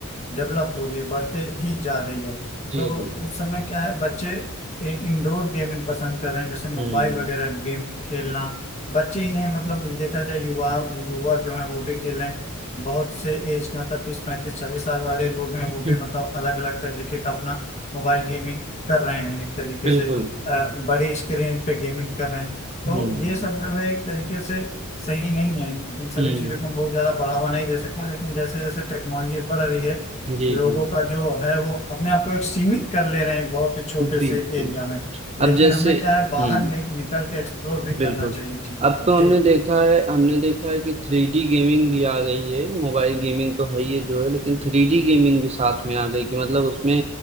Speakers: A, on the left; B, on the right.
A: डेवलप हो रही है बढ़ते ही जा रही है
B: जी
A: तो
B: जी
A: उस समय क्या है बच्चे इंडोर गेमिंग पसंद कर रहे हैं जैसे मोबाइल
B: हम्म
A: वगैरह गेम खेलना बच्चे ही नहीं मतलब देखा जाए युवा युवा जो है वो भी खेल रहे हैं बहुत से एज के मतलब तीस पैंतीस चालीस साल वाले लोग हैं
B: हम्म,
A: वो भी मतलब अलग अलग तरीके का अपना मोबाइल गेमिंग कर रहे हैं एक तरीके
B: बिल्कुल
A: से अ, बड़ी स्क्रीन पे गेमिंग कर रहे हैं
B: हम्म
A: तो ये सब जो है एक तरीके से सही नहीं है इन सभी
B: हम्म
A: चीज़ों को हम बहुत ज़्यादा बढ़ावा नहीं दे सकते हैं लेकिन जैसे जैसे टेक्नोलॉजी बढ़ रही है
B: जी
A: लोगों
B: जी
A: का जो है वो अपने आप को एक सीमित कर ले रहे हैं एक बहुत ही छोटे
B: बिल्कुल
A: से एरिया में लेकिन
B: अब जैसे
A: हमें क्या है बाहर
B: हम्म
A: नि, निकल के एक्सप्लोर भी करना
B: बिल्कुल
A: चाहिए चीज़ों
B: अब
A: को
B: तो
A: जी
B: हमने देखा है हमने देखा है कि थ्री डी गेमिंग भी आ गई है मोबाइल गेमिंग तो है ही है जो है लेकिन थ्री डी गेमिंग भी साथ में आ गई कि मतलब उसमें